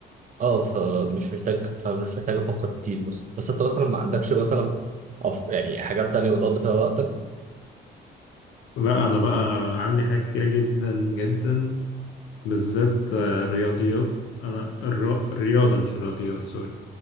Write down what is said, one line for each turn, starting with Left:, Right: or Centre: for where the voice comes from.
Right: اه فمش محتاج فمش محتاج افكر كتير بس بس انت مثلا ما عندكش مثلا أف... يعني حاجات تانية بتقضي فيها وقتك
Left: لا انا بقى عندي حاجات كتيرة جدا جدا بالذات آه، رياضيات انا الر- الرياضة مش الرياضيات سوري